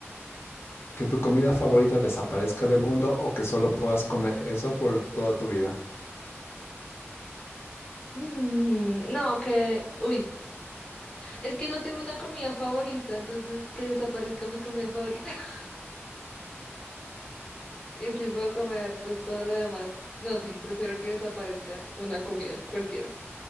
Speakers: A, on the left; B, on the left.
A: ¿Que tu comida favorita desaparezca del mundo o que solo puedas comer eso por toda tu vida?
B: Mm, no, que, uy, es que no tengo una comida favorita, entonces que desaparezca mi comida favorita. <laughs> Y si puedo comer, pues todo lo demás. No, sí, prefiero que desaparezca una comida, cualquiera.